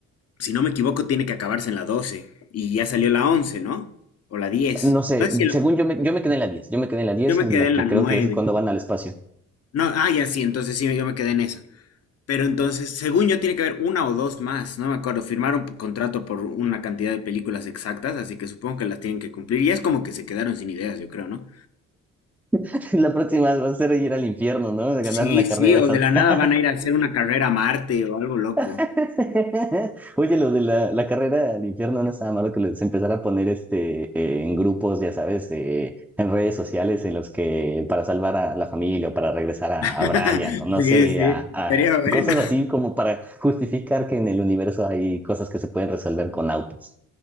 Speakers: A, on the left; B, in the centre.
A: Si no me equivoco, tiene que acabarse en la doce Y ya salió la 11, ¿no? O la 10.
B: No sé,
A: No es que
B: según yo me, yo me quedé en la diez yo me quedé en la diez
A: yo me
B: en
A: quedé
B: la
A: en
B: que
A: la
B: creo
A: 9.
B: que es cuando van al espacio.
A: No, ah, ya sí, entonces sí, yo me quedé en esa. Pero entonces, según yo, tiene que haber una o dos más, no me acuerdo. Firmaron p- contrato por una cantidad de películas exactas, así que supongo que las tienen que cumplir. Y es como que se quedaron sin ideas, yo creo, ¿no?
B: <laughs> La próxima va a ser ir al infierno, ¿no? De ganar
A: Sí,
B: una carrera
A: sí, o
B: santa.
A: de la nada van a ir a hacer una carrera a Marte o algo loco.
B: <laughs> Oye, lo de la, la carrera al infierno no estaba malo que les empezara a poner este, eh, en grupos, ya sabes, de- en redes sociales en los que para salvar a la familia o para regresar a,
A: <laughs>
B: a Brian o no
A: Sí,
B: sé,
A: sí,
B: a, a
A: sería bueno.
B: cosas así como para justificar que en el universo hay cosas que se pueden resolver con autos.